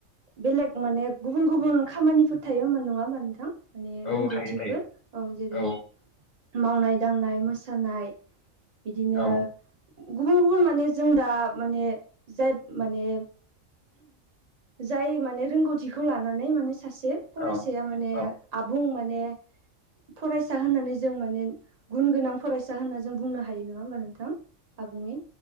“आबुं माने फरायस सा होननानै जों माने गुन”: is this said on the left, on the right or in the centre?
Right